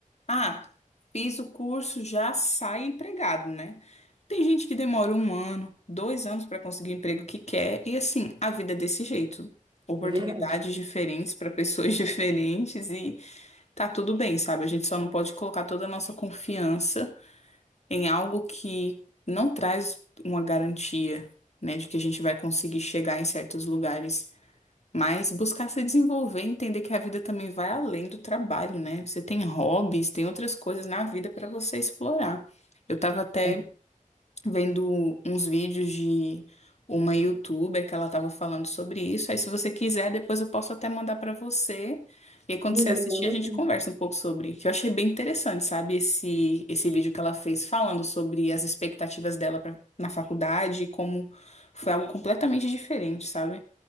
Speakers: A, on the left (about 55°); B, on the right (about 35°).
A: Ah, fiz o curso, já sai empregado, né? Tem gente que demora um ano, dois anos para conseguir o emprego que quer, e assim, a vida é desse jeito. Oportunidades
B: É verdade.
A: diferentes para pessoas <laughs> diferentes e tá tudo bem, sabe? A gente só não pode colocar toda a nossa confiança em algo que não traz uma garantia, né, de que a gente vai conseguir chegar em certos lugares. Mas buscar se desenvolver, entender que a vida também vai além do trabalho, né? Você tem hobbies, tem outras coisas na vida para você explorar. Eu tava até
B: É,
A: vendo uns vídeos de uma youtuber que ela tava falando sobre isso. Aí, se você quiser, depois eu posso até mandar para você. E aí, quando
B: menina,
A: você assistir,
B: me manda
A: a gente
B: assim.
A: conversa um pouco sobre. Que eu achei bem interessante, sabe? Esse, esse vídeo que ela fez falando sobre as expectativas dela pra, na faculdade, e como foi algo completamente diferente, sabe?